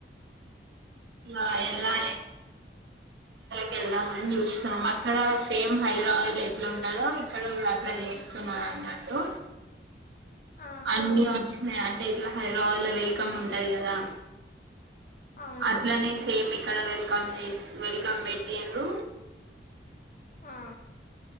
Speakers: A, on the right; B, on the left.
A: అ ఎలా వెళ్దామని చూస్తున్నాం అక్కడ సేమ్ హైదరాబాద్ ఎట్లా ఉంటందో ఇక్కడ కూడ అట్ల చేస్తున్నారు అన్నట్టు
B: ఆహా
A: అన్నీ వచ్చినయి అ అంటే ఇగ హైద్రాబాద్ లో వెల్కమ్ ఉంటది కదా
B: అవును
A: అట్లనే సేమ్ ఇక ఇక్కడ వెల్కమ్ వెల్కమ్ బెట్టిండ్ర
B: ఆ